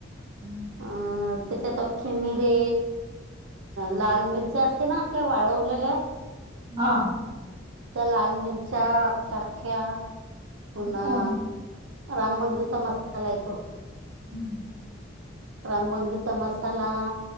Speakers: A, on the right; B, on the right.
A: हम्म
B: अ त्याच्यात आख्खे मिरे लाल मिर त्या असते ना आपल्या वाळवलेल्या
A: हा
B: त्या लाल मिरच्या आख्खा पुन्हा
A: हो का?
B: रामबंधूचा मसाला येतो
A: हम्म
B: रामबंदूचा मसाला